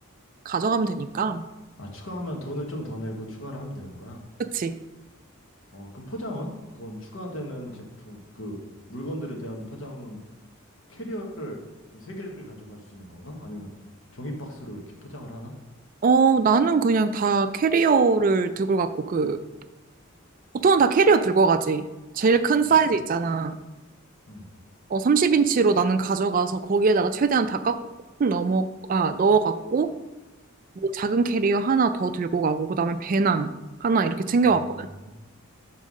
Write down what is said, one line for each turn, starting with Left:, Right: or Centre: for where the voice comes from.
Right: 가져가면 되니까.
Left: 아, 추가하면 돈을 좀 더 내고 추가를 하면 되는 거야.
Right: 그치?
Left: 어, 그럼 포장은? 그건 추가되는 제품, 그 물건들에 대한 포장은 캐리어를 그럼 세 개를 가져갈 수 있는 건가? 아니면 종이 박스로 이렇게 포장을 하나?
Right: 어, 나는 그냥 다 캐리어를 들고 갔고, 그, 보통은 다 캐리어 들고 가지. 제일 큰
Left: 응,
Right: 사이즈 있잖아.
Left: 응,
Right: 어, 30인치로 나는 가져가서 거기에다가 최대한 다 깎고 꾹꾹 넘어, 아, 넣어갖고, 뭐 작은 캐리어 하나 더 들고 가고, 그 다음에 배낭 하나 이렇게 챙겨왔거든.
Left: 응.